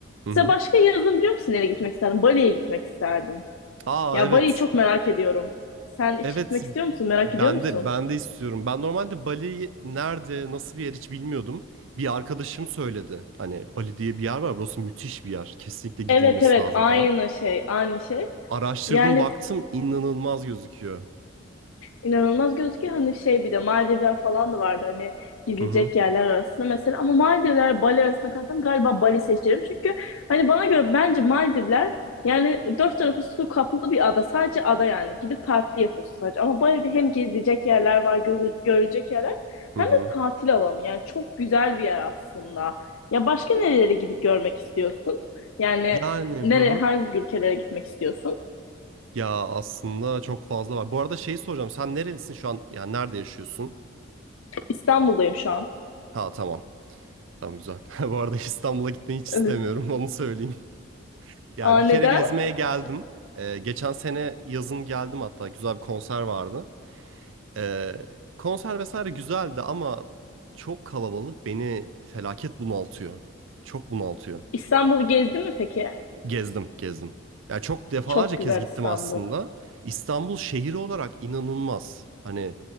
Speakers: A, on the right; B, on the left.
A: Hı
B: Mesela
A: hı.
B: başka yazın biliyor musun nereye gitmek isterdim? Bali'ye gitmek isterdim.
A: Aa
B: Ya
A: evet.
B: Bali'yi çok merak ediyorum. Sen hiç
A: Evet
B: gitmek istiyor musun? Merak
A: ben
B: ediyor musun?
A: de ben de istiyorum. Ben normalde Bali nerede nasıl bir yer hiç bilmiyordum. Bir arkadaşım söyledi. Hani Bali diye bir yer var. Burası müthiş bir yer. Kesinlikle gidilmesi
B: Evet evet
A: lazım
B: aynı
A: falan.
B: şey aynı şey.
A: Araştırdım
B: Yani
A: baktım inanılmaz gözüküyor.
B: İnanılmaz gözüküyor. Hani şey bir de Maldivler falan da vardı hani gidilecek
A: Hı hı
B: yerler arasında mesela. Ama Maldivler Bali arasında kalsam galiba Bali seçerim. Çünkü hani bana göre bence Maldivler yani dört tarafı su kaplı bir ada. Sadece ada yani. Gidip tatil yapıyorsun sadece. Ama Bali'de hem gezilecek yerler var, gözü, görülecek yerler
A: hı
B: hem
A: hı.
B: de tatil alanı. Yani çok güzel bir yer aslında. Ya başka nerelere gidip görmek istiyorsun? Yani
A: Yani
B: nereye,
A: hı hı.
B: hangi ülkelere gitmek istiyorsun?
A: Ya aslında çok fazla var. Bu arada şeyi soracağım. Sen nerelisin şu an? Yani nerede yaşıyorsun?
B: İstanbul'dayım şu an.
A: Ha tamam. Tamam güzel. <laughs> Bu arada İstanbul'a gitmeyi hiç istemiyorum.
B: Evet.
A: <laughs> Onu söyleyeyim. Ya
B: Aa,
A: bir
B: neden?
A: kere gezmeye geldim. Ee, geçen sene yazın geldim hatta güzel bir konser vardı. Ee, konser vesaire güzeldi ama çok kalabalık beni felaket bunaltıyor. Çok bunaltıyor.
B: İstanbul'u gezdin mi peki?
A: Gezdim, gezdim. Ya çok defalarca
B: Çok
A: kez
B: güzel
A: gittim
B: İstanbul.
A: aslında. İstanbul şehri olarak inanılmaz. Hani